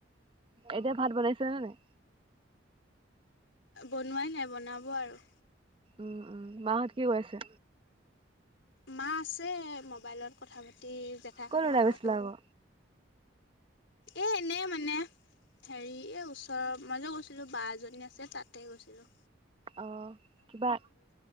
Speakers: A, on the right (about 25°); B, on the left (about 75°).
A: এতিয়া ভাত বনাইচানে নাই?
B: বনোৱাই নাই বনাব আৰু।
A: উম-উম। মাহঁত কি কৰিছে?
B: মা আছে মোবাইলত কথা পাতি জেঠাইহঁতৰ
A: ক'ত ওলাই
B: লগত।
A: গৈছিলা আকৌ?
B: এ এনেই মানে হেৰি এ ওচৰৰ মই যে কৈছিলো বা এজনী আছে তাতে গৈছিলো।
A: অ' কিবা